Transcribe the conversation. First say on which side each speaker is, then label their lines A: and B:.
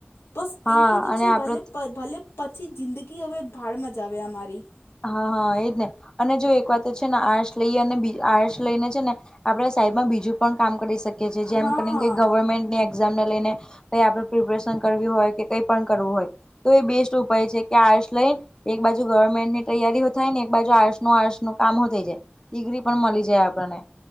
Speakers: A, on the left; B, on the left.
A: બસ
B: હા
A: એ જ
B: અને
A: છે
B: આપડે
A: ભલે પ ભલે પછી જિંદગી હવે ભાડ મ જ આવે અમારી <inaudible>
B: હા હા એજ ને અને જો એક વાત તો છે, ને આર્ટસ લઈ અને બી આર્ટસ લઈને છે. ને આપડે સાઈડમાં બીજું પણ કામ કરી શકીએ. કે જેમ
A: હા
B: કરીને ગવર્મેન્ટની એક્ઝામ ને લઈને કઈ આપણે પ્રિપેરેશન કરવી હોય, એ કઈ પણ કરવું હોય તો એ બેસ્ટ ઉપાય છે. કે આર્ટસ લઈન એક બાજુ ગવર્મેન્ટને, તૈયારીઓ થાય ને એક બાજુ આર્ટસ નું આર્ટસ નું કામો થઈ જાય ડિગ્રી પણ મળી જાય આપણને,